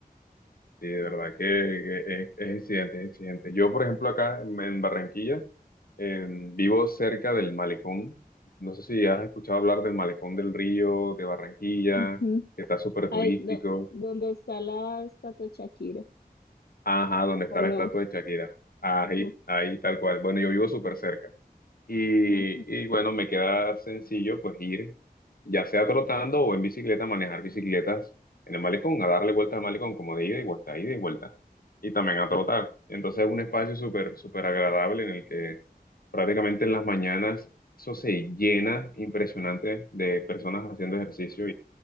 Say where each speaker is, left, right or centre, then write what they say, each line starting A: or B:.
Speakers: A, on the left; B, on the left.
A: Sí, de verdad que, que es, es exigente, es exigente. Yo, por ejemplo, acá en, en Barranquilla, em, vivo cerca del malecón. No sé si has escuchado hablar del malecón del río de Barranquilla,
B: Ujú.
A: que está súper
B: Ay,
A: turístico.
B: do- ¿dónde está la estatua de Shakira?
A: Ajá, donde está
B: ¿O no?
A: la estatua de Shakira. Ahí,
B: Oh,
A: ahí, tal cual. Bueno, yo vivo súper cerca. Y,
B: ajá,
A: y bueno, me queda sencillo pues ir, ya sea trotando o en bicicleta, manejar bicicletas en el malecón, a darle vuelta al malecón como de ida y vuelta, ida y vuelta. Y también a trotar. Entonces es un espacio súper, súper agradable en el que prácticamente en las mañanas eso se llena impresionante de personas haciendo ejercicio